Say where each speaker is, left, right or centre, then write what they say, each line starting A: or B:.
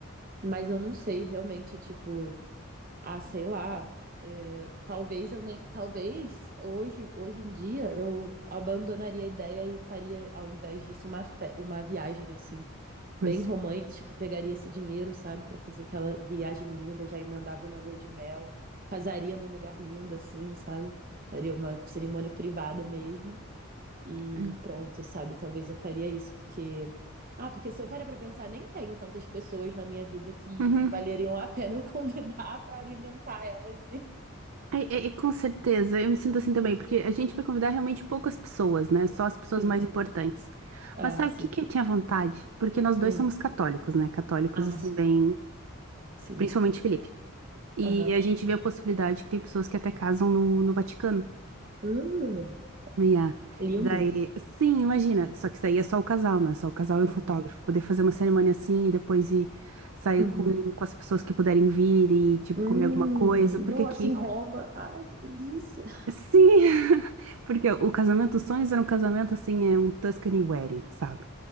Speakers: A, on the right; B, on the right.
A: Mas eu não sei realmente, tipo Ah, sei lá. eh, talvez eu nem. Talvez hoje, hoje em dia eu abandonaria a ideia e faria, ao invés disso, uma, fe- uma viagem assim,
B: Pois.
A: bem romântica. Pegaria esse dinheiro, sabe, para fazer aquela viagem linda, já emendava na lua de mel, casaria num lugar lindo, assim, sabe? Faria uma cerimônia privada mesmo. E
B: é.
A: pronto, sabe? Talvez eu faria isso, porque. Ah, porque se eu parar pra pensar, nem tenho tantas pessoas na minha vida que
B: Uhum.
A: valeriam a pena eu <laughs> convidar pra alimentar elas. E...
B: É, é- é, com certeza, eu me sinto assim também, porque a gente vai convidar realmente poucas pessoas, né? Só as pessoas
A: Sim.
B: mais importantes.
A: Ah,
B: Mas sabe
A: sim.
B: o que que eu tinha vontade? Porque nós dois
A: Hum.
B: somos católicos, né? Católicos,
A: Ah,
B: assim, bem.
A: sim.
B: Principalmente Felipe. E
A: Aham.
B: a gente vê a possibilidade que tem pessoas que até casam no, no Vaticano.
A: Hum,
B: Yeah.
A: lindo.
B: E daí, sim, imagina, só que isso aí é só o casal, não é só o casal e
A: Uhum.
B: o fotógrafo. Poder fazer uma cerimônia assim e depois ir sair
A: Uhum.
B: com, com as pessoas que puderem vir e, tipo,
A: Hum,
B: comer alguma coisa, porque
A: nossa,
B: aqui,
A: em Roma. Ai, que delícia.
B: sim, <laughs> porque o casamento dos sonhos era um casamento, assim, é um Tuscany wedding, sabe?